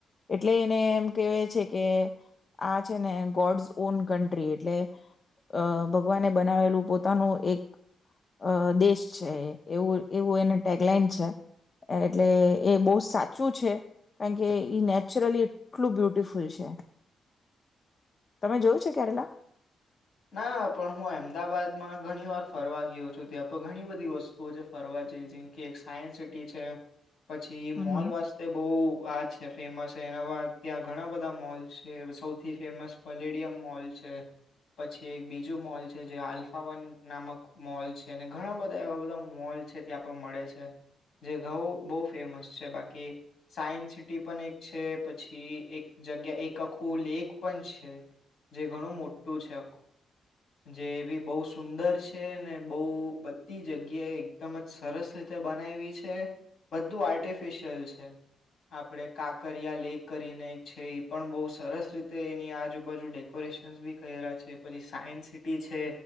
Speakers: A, on the left (about 30°); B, on the left (about 60°).
A: એટલે એને એમ કેહેવા છે કે આ છે ને ગોડસ ઓન કન્ટ્રી એટલે અ ભગવાને બનાવેલું પોતાનું એક અ દેશ છે, એવું એવું એને ટેગલાઈન છે, એટલે એ બહુ સાચું છે, કારણ કે નેચરલી એટલું બ્યુટિફુલ છે. તમે જોય છે? કેરલા.
B: ના પણ હું અમદાવાદમાં ઘણી વાર ફરવા ગયો છું, ત્યાં પણ ઘણી બધી વસ્તુઓ છે ફરવા જેઈ જેમ કે, એક સાયન્સ સિટી છે, પછી
A: હમ
B: મોલ
A: હમ
B: વાસ્તે બહુ આ છે ફેમસ છે, એના ત્યાં ઘણા બધા મોલ્ છે, સૌથી ફેમસ પલેડિયમ મોલ છે. પછી એક બીજું મોલ છે જે આલ્ફાવન નામક મોલ છે, અને ઘણા બધા એવા બધા મોલ છે, ત્યાં પણ મળે છે. જે ઘઉ બહુ ફેમસ છે બાકી સાયન્સ સિટી પણ એક છે પછી એક જગ્યા એક આખું લેક પણ છે, જે ઘણું મોટું છે. જે એ બી બહુ સુંદર છે, ને બહુ બધી જગ્યાએ એકદમ જ સરસ રીતે બનાવી છે, બધું આર્ટિફિશિયલ છે. આપણે કાકરિયા લેક કરીને એક છે એ પણ બહુ સરસ રીતે એની આજુબાજુ ડેકોરેશન બી ક્યરા છે. પછી સાયન્સ સિટી છે,